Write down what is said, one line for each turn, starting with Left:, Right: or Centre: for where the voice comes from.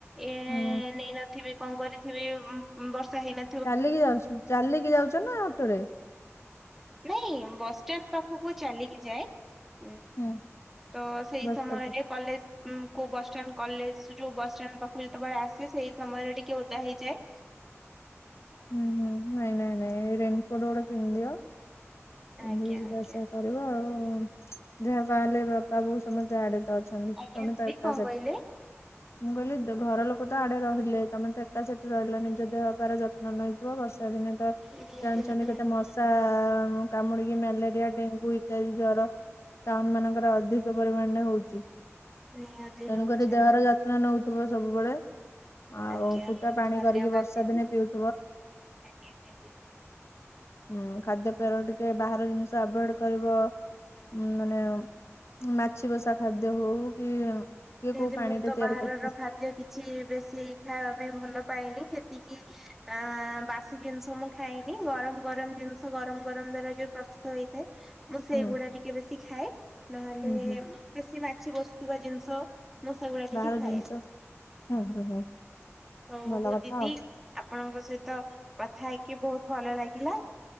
Centre: ଏ
Left: ହୁଁ
Centre: ନେଇନଥିବି କଣ କରିଥିବି ବର୍ଷା ହେଇନେ
Left: ଚାଲିକି ଯାଉଚୁ ଚାଲିକି ଯାଉଚୁ ନା ଅଟୋରେ?
Centre: ନାଇଁ ବସଷ୍ଠାଣ୍ଡ ପାଖୁକୁ ଚାଲିକି ଯାଏ। <unintelligible>
Left: ହୁଁ
Centre: ତ ସେଇ
Left: ବସ୍
Centre: ସମୟରେ
Left: ଷ୍ଟପ୍
Centre: କଲେଜ ମୁଁ କୋ ବସଷ୍ଟାଣ୍ଡ କଲେଜ ଯୋଉ ବସଷ୍ଟାଣ୍ଡ ପାଖକୁ ଯେତବେଳେ ଆସେ ସେଇ ସମୟରେ ଟିକେ ଓଦା ହେଇଯାଏ।
Left: ହୁଁ ହୁଁ ନାଇଁ ନାଇଁ ନାଇଁ ରେନକୋଟ ଗୋଟେ ପିନ୍ଧିଦିଅ ପିନ୍ଧିକି
Centre: ଆଜ୍ଞା
Left: ଯିବାଆସିବା
Centre: ଆଜ୍ଞା।
Left: କରିବ ଆଉ ଯାହା ବାହାରେ ବାପା ବୋଉ ସମସ୍ତେ ଆଡେତ ଅଛନ୍ତି। ଖାଲି
Centre: ଆଜ୍ଞା
Left: ତମେତଏକା
Centre: ଦିଦି କଣ
Left: ସେଠି।
Centre: କହିଲେ?
Left: ମୁଁ କଇଲି ଘର ଲୋକ ତ ଆଡେ ରହିଲେ ତମେ ତ ଏକା ସେଠି ରହିଲ ନିଜ ଦେହପାର ଯନ୍ନ <unintelligible> ବର୍ଷା ଦିନେ ତ
Centre: ନିହାତି
Left: ଜାଣିଚନିତ
Centre: ନିହାତି।
Left: କେ ମଶା କାମୁଡିକି ମ୍ୟାଲେରିଆ ଡେଙ୍ଗୁ ଇତ୍ୟାଦି ଜର ଟାଉନ ମାନଙ୍କରେ ଅଧିକ ପରିମାଣରେ ହୋଉଚି।
Centre: ନିହାତି
Left: ତେଣୁକରି
Centre: ହଉଛେ
Left: ଦେହର ଯନ୍ନ ନୋଉଥିବ ସବୁବେଳେ। ଆଉ
Centre: ଆଜ୍ଞା
Left: ଫୁଟା ପାଣି
Centre: ଧନ୍ୟବାଦ
Left: କରିକି ବର୍ଷା
Centre: ଦିଦି
Left: ଦିନେ ପିଉ
Centre: ଆଜ୍ଞା ଦିଦି।
Left: ହୁଁ ଖାଦ୍ୟ ପେୟର ଟିକେ ବାହାର ଜିନିଷ ଆଭୋଏଡ କରିବ। ଉ ମାନେ ମାଛି ବସା ଖାଦ୍ୟ ହଉ କି? କିଏ କୋଉ
Centre: ଏ
Left: ପାଣିରେ
Centre: ମୁଁ ତ
Left: ତିଆରି
Centre: ବାହାରର
Left: କରୁଥିବ
Centre: ଖାଦ୍ୟ କିଛି ବେଶୀ ଖାଇବା ପାଇଁ ଭଲ ପାଏନି ଏତିକି। ଆ ବାସି ଜିନିଷ ମୁଁ ଖାଇନି ଗରମ ଗରମ ଜିନିଷ ଗରମ ଗରମ ଦ୍ଵାରା ଯୋଉ ପ୍ରସ୍ତୁତ ହେଇଥାଏ। ମୁଁ ସେଇଗୁଡା
Left: ହୁଁ
Centre: ଟିକେ ବେଶୀ ଖାଏ ନହେଲେ
Left: ହୁଁ ହୁଁ
Centre: ବେଶୀ ମାଛି ବସୁଥିବା ଜିନିଷ। ମୁଁ ସେଗୁଡା ଟିକେ
Left: ବାର
Centre: ଖାଏନି
Left: ଜିନଷ ହୁଁ ହୁଁ ହୁଁ
Centre: ହଉ
Left: ଭଲ
Centre: ମୋ
Left: କଥା
Centre: ଦିଦି
Left: ଆଉ
Centre: ଆପଣଙ୍କ ସହିତ କଥା ହେଇକି ବହୁତ ଭଲ ଲାଗିଲା।